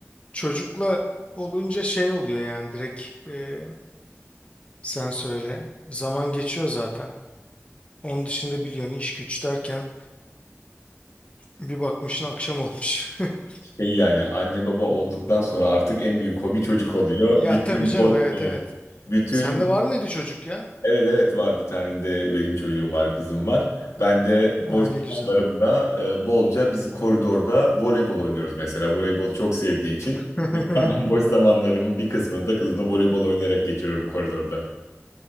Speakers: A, on the left; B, on the left.
A: çocukla olunca şey oluyor yani direkt e, sen söyle. Zaman geçiyor zaten. Onun dışında biliyorsun iş güç derken bir bakmışsın akşam olmuş. <laughs>
B: Şey yani anne baba olduktan sonra artık en büyük hobi çocuk oluyor.
A: Ya
B: Bütün
A: tabii canım evet
B: evet,
A: evet.
B: bütün
A: Sende var mıydı çocuk ya?
B: Evet evet var bir tane de benim çocuğum var kızım var. Ben de
A: Ha,
B: boş
A: ne güzel.
B: zamanlarımda e, bolca biz koridorda voleybol oynuyoruz mesela. Voleybol çok sevdiği için
A: <laughs>
B: <laughs> mesela ben boş zamanlarımın bir kısmını da kızımla voleybol oynayarak geçiriyorum koridorda.